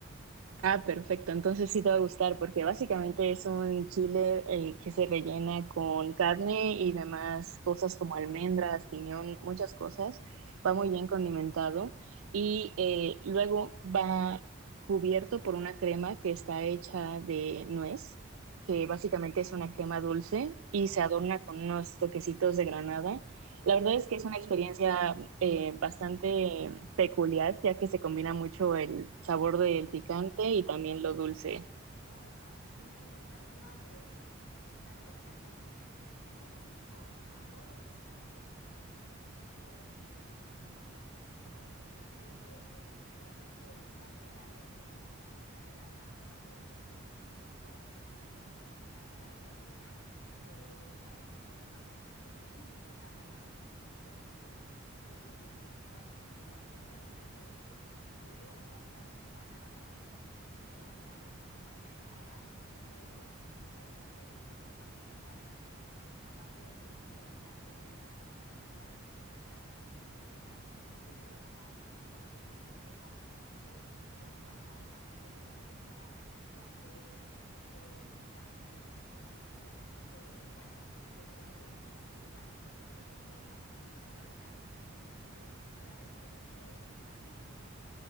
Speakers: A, on the right; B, on the left.
A: Ah, perfecto. Entonces sí te va a gustar porque básicamente es un chile eh, que se rellena con carne y demás cosas como almendras, piñón, muchas cosas. Va muy bien condimentado y eh, luego va cubierto por una crema que está hecha de nuez, que básicamente
B: Mm.
A: es una crema dulce y se adorna con unos toquecitos de granada. La verdad es que es una experiencia eh, bastante peculiar, ya que se combina mucho el sabor del picante y también lo dulce.
B: ¡Ay, no! ¡Qué lindo! Ya me dio hambre de solamente escucharlo. <laughs> Qué rico, adoro el picante, me gustan muchísimo todos los ingredientes que me contaste, así que bueno, creo que definitivamente va a quedar abierta la invitación para ir a, a probar todos esos, esos platos tan típicos. Acá en Argentina, eh, bueno, lo que más cons- consumimos mucha carne los argentinos, de hecho, y mm, bueno, lo- los platos característicos son el locro, las empanadas y el asado, la carne asada, pero tiene toda una técnica muy particular porque aparte de que tiene que estar muy bien sazonada y que la carne aquí es muy rica, siempre lo acompañamos con un montón de cosas, eh, con patatas, con verduras, con huevo, eh, se hace una linda combinación, así que bueno, eh, por- en ese sentido también creo que eh, vas a tener que probar la carne argentina porque es realmente muy rica.